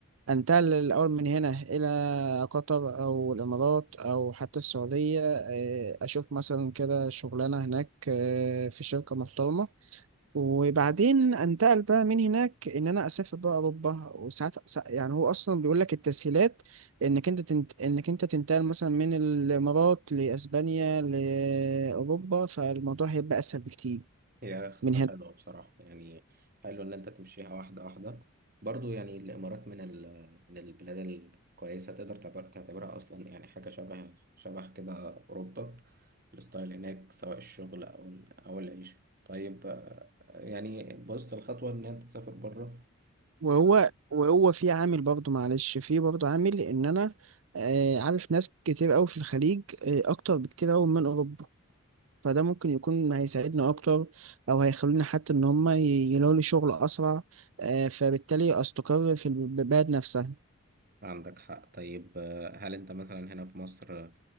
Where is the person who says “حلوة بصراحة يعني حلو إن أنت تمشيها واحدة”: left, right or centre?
Right